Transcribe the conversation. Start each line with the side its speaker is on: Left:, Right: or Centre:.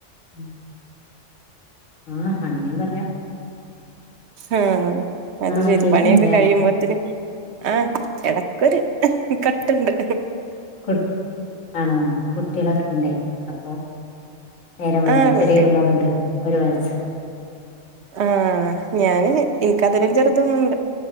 Left: ഉം ആഹ് അങ്ങനേംപറയ
Right: ആഹ അത്
Left: ആഹ്
Right: ശരി
Left: കേക്കുന്നില്ലേ
Right: പണിയൊക്കെകഴിയുമ്പോത്തിന് ആഹ് എട കട്ട്ണ്ട്
Left: കുട്ട് ആണോ കുട്ടിളൊക്കെണ്ടേ അപ്പോ നേരംവൈകും
Right: ആഹ്
Left: ചെറിയൊരുമോള്ണ്ട്
Right: കുട്ടി
Left: ഒരുവയസ്സ
Right: ആഹ് ഞാന് ഇൻക്കതിലുംചെറുതൊന്ന്ണ്ട്